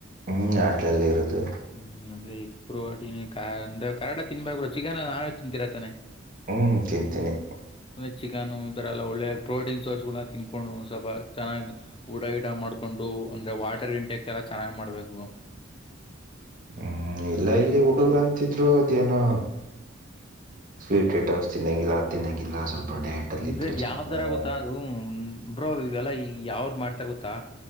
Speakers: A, on the right; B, on the left.
A: ಹ್ಮ್ ಹಾಸ್ಟೆಲಲ್ಲಿ ಇರೋದು.
B: ಹ್ಮ್ ಅಂದ್ರೆ ಈಗ ಪ್ರೋಟಿನ ಕಾ ಕಂದ ಕಾರಟಗಿ ತಿನ್ಬೇಕುತಾನೆ ಚಿಕನ್ ನಾಳೇ ತಿಂತೀರಾತಾನೆ.
A: ಹ್ಮ ತಿಂತೀನಿ.
B: ಮನೆ ಚಿಕನ್ ಈ ತರ ಎಲ್ಲಾ ಒಳ್ಳೆ ಪ್ರೋಟೀನ್ ಸೋರ್ಸ್ ಗಳನ್ನ ತ ತಿನ್ಕೊಂಡು ಸ್ವಲ್ಪ ಚೆನ್ನ್ಗ್. ಊಟ ಗೀಟ ಮಾಡ್ಕೊಂಡು ಅಂದ್ರೆ ವಾಟರ್ ಇಂಟೆಕ್ಟ್ ಎಲ್ಲ ಚೆನ್ನಾಗ್ ಮಾಡ್ಬೇಕು.
A: ಹ್ಮ್ ಇಲ್ಲ ಇಲ್ಲಿ ಹುಡುಗುರಂತ್ ಇದ್ರೂ ಅದು ಏನು. ಸ್ವೀಟ್ ಐಟಮ್ಸ್ ತಿನ್ನಂಗಿಲ್ಲ ತಿನ್ನಗಿಲ್ಲ ಸ್ವಲ್ಪ ಡಯಟ್. ಅಲ್ಲಿ
B: ಅಂದ್ರೆ
A: ಇದ್ರೆ
B: ಅದ್
A: ಚೆನ್ನಾಗ
B: ಯಾವ್ ತರ ಗೊತ್ತಾ ಅದು ಬ್ರೋ ಇವೆಲ್ಲಾ ಈ ಯಾವ್ರ ಮಾಡ್ತಾರ ಗೊತ್ತಾ.